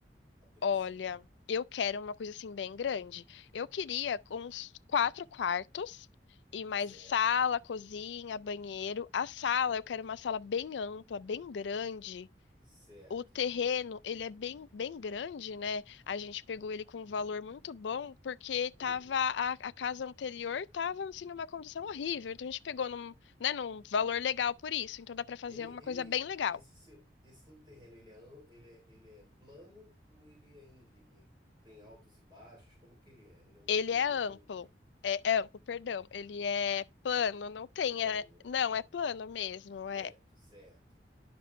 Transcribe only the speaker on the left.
Olha, eu quero uma coisa assim bem grande. Eu queria uns quatro quartos e mais
sala, cozinha, banheiro. A sala, eu quero uma sala bem ampla, bem grande.
O terreno, ele é bem, bem grande, né? A gente pegou ele com um valor muito bom, porque
tava a, a casa anterior tava assim, numa condição horrível. Então a gente pegou num, né, num valor legal por isso. Então dá para fazer
uma
coisa bem legal.
Ele
é
amplo. É, é amplo, perdão. Ele é plano, não tem.
é-
não, é plano mesmo. É.